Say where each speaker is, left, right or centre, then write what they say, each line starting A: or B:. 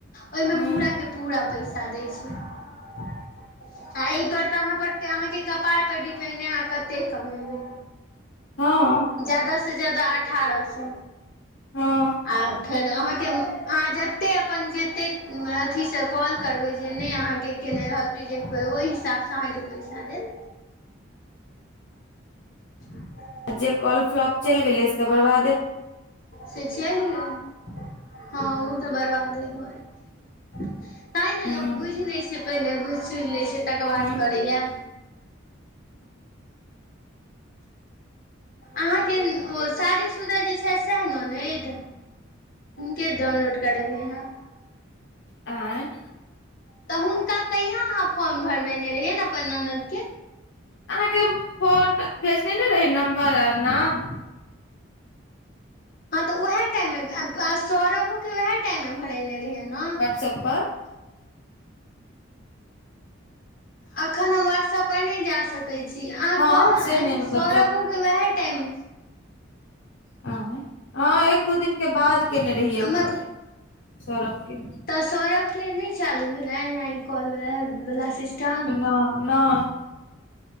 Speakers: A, on the left (about 45°); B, on the left (about 60°).
A: ओहिमे
B: हूँ
A: पुरा केऽ पूरा पैसा दै छै आ एहिपर तऽ अहाँके कपार पर डिपेंड अहाँ कते कमेबै
B: हँ
A: जादाँ जादा अठारह सौ
B: हँ
A: आ फेर अहाँके अहाँ जतेक अपन जते अथीसँ कॉल करबै जे नहि अहाँके केयने रहत ओहि हिसाबसँ अहाँके पैसा देल। ह
B: आ जे कॉल फ्लॉप चलि गेलै, तकर बाद।
A: से चाही हँ, ओ तऽ बरबादे होतै। तैँ ने
B: हूँ
A: लोक बुझि लैत छै, पहिले बुझि सुझि लैत छै, तकर बाद
B: हूँ
A: करै छै। अहाँके ओ शादीशुदा जे छै, से ननैद। के डाउनलोड कऽ देत हँ?
B: आँ
A: तऽ हुनका कहिया अहाँ फॉर्म भरबेने रहियै, अपन ननैदके?
B: अहाँके फोन भेजने ने रही, नम्बर आ नाम।
A: हँ तऽ उएह टाइममे सौरभके उएह टाइममे भरने रहियै ने।
B: सपाट
A: अखन हम व्हाट्सऐपपर नहि जा सकैत छी। जी, अहाँ
B: हँ
A: कहलहुँ
B: से
A: ने
B: नहि
A: जे
B: मतलब
A: सरबूके उएह टाइम।
B: आँ हँ, एक दू दिनके बाद केने रहियै
A: मतलब
B: ओकर। सौरभके।
A: तऽ सौरभके नहि चालू भेलनि ई कॉलवला सिस्टम?
B: ह नहि